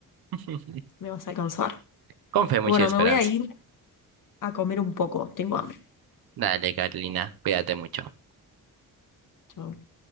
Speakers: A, on the right; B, on the left.
A: <laughs>
B: me vas a alcanzar.
A: Con fe, mucha
B: Bueno,
A: esperanza.
B: me voy a ir a comer un poco, tengo hambre.
A: Dale, Carolina, cuídate mucho.
B: Chau.